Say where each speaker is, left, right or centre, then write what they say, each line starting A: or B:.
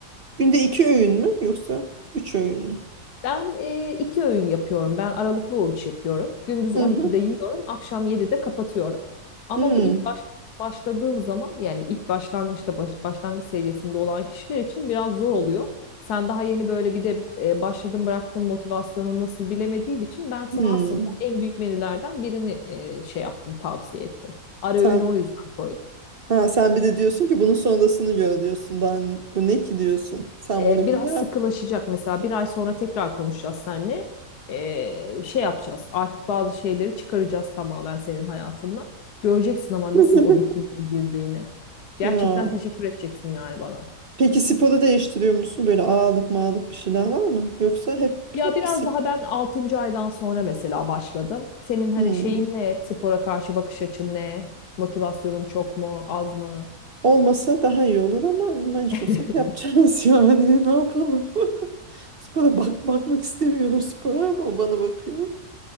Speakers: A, on the right; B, on the left.
A: Günde iki öğün mü yoksa üç öğün mü?
B: Ben e, iki öğün yapıyorum. Ben aralıklı oruç yapıyorum. Gündüz
A: Hı
B: 12'de
A: hı.
B: yiyorum, akşam 7'de kapatıyorum. Ama
A: Hmm.
B: bu ilk baş, başladığım zaman yani ilk başlangıçta baş- başlangıç seviyesinde olan kişiler için biraz zor oluyor. Sen daha yeni böyle bir de e, başladın bıraktın motivasyonun nasıl bilemediğim için ben sana
A: Hmm.
B: aslında en büyük menülerden birini e, şey yaptım, tavsiye ettim. Ara
A: Sen
B: öğünü o yüzden koydum.
A: ha, sen bir de diyorsun ki bunun sonrasını gör diyorsun. Daha n- bu ne ki diyorsun. Sen
B: E,
A: bunu
B: biraz
A: bir yap.
B: sıkılaşacak mesela bir ay sonra tekrar konuşacağız seninle. E, şey yapacağız artık bazı şeyleri çıkaracağız tamamen senin hayatından. Göreceksin ama
A: <laughs>
B: nasıl o bikiniye girdiğini. Gerçekten
A: Ya.
B: teşekkür edeceksin yani bana.
A: Peki sporu değiştiriyor musun? Böyle ağırlık mağırlık bir şeyler var mı? Yoksa hep,
B: Ya
A: hep
B: biraz
A: bisiklet.
B: daha ben altıncı aydan sonra mesela başladım. Senin hani
A: Hmm.
B: şeyin ne? Spora karşı bakış açın ne? Motivasyonun çok mu, az mı?
A: Olmasa daha iyi olur ama mecbursak
B: <laughs>
A: yapacağız <laughs> yani. Ne yapalım? <laughs> Spora bak bakmak istemiyorum spora ama o bana bakıyor.